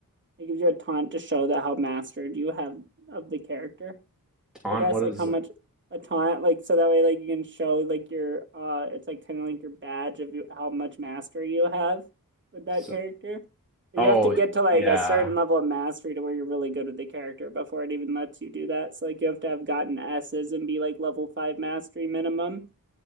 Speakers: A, on the right; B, in the centre.
A: it gives you a taunt to show that how mastered you have of the character.
B: Taunt,
A: I guess
B: what
A: like
B: is
A: how much a taunt like so that way like you can show like your uh it's like kind of like your badge of you, how much mastery you have with that
B: so,
A: character. But
B: oh
A: you have to get to like
B: yeah.
A: a certain level of mastery to where you're really good with the character before it even lets you do that. So like you have to have gotten S's and be like level five mastery minimum